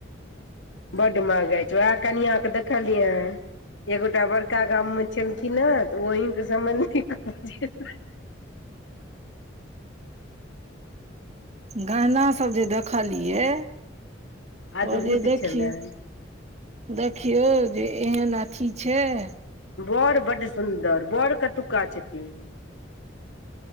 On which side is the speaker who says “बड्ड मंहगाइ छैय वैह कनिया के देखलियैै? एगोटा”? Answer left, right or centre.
Left